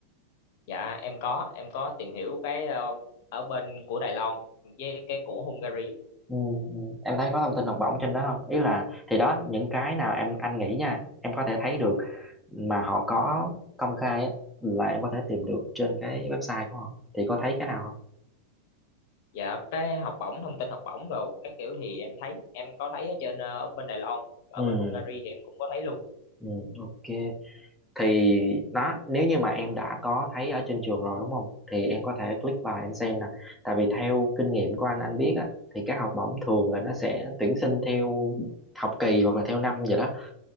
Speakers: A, on the left; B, in the centre.
A: dạ em có em có tìm hiểu cái ờ, ở bên của Đài Loan với cái của Hungary
B: ừ, ừ. em thấy có thông tin học bổng trên đó không ý là thì đó những cái nào em anh nghĩ nha em có thể thấy được mà họ có công khai á là em có thể tìm được trên cái website của họ thì có thấy cái nào không
A: Dạ cái học bổng thông tin học bổng đồ các kiểu thì em thấy em có thấy ở trên ờ, ở bên Đài Loan ở
B: ừ,
A: bên Hungary thì em cũng có thấy luôn
B: ừ ok thì đó nếu như mà em đã có thấy ở trên trường rồi đúng không thì em có thể click vào em xem nè tại vì theo kinh nghiệm của anh anh biết á thì các học bổng thường là nó sẽ tuyển sinh theo học kỳ hoặc là theo năm vậy đó